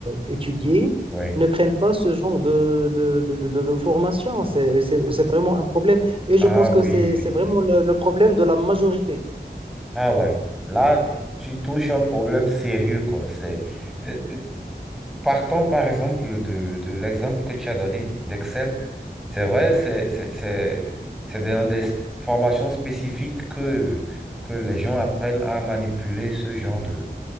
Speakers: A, on the right; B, in the centre.
A: étudiés
B: Oui.
A: ne prennent pas ce genre de, de, de, de, de- de formation. C'est, c'est, c'est vraiment un problème. Et
B: Ah
A: je pense que
B: oui,
A: c'est,
B: oui,
A: c'est vraiment
B: oui.
A: le, le problème de la majorité.
B: Ah ouais. Là, tu touches un problème sérieux, quoi. C'est... euh, euh, Partons par exemple de, de l'exemple que tu as donné d'Excel. C'est vrai, c'est c'est- c'est- c'est dans des formations spécifiques que, que les gens apprennent à manipuler ce genre de,